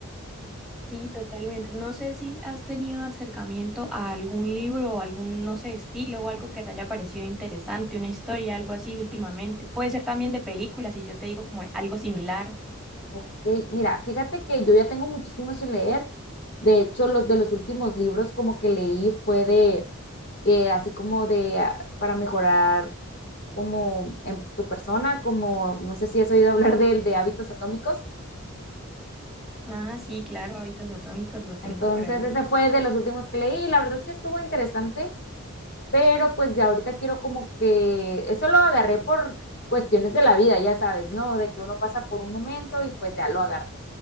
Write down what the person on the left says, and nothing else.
Ok, mira, fíjate que yo ya tengo muchísimo sin leer. De hecho, los de los últimos libros como que leí fue de que así como de ah, para mejorar como en tu persona, como no sé si has oído hablar del de hábitos atómicos.
Entonces,
ese fue de los últimos que leí y la verdad sí estuvo interesante, pero pues ya ahorita quiero como que eso lo agarré por cuestiones de la vida, ya sabes, ¿no? De que uno pasa por un momento y pues ya lo agarra.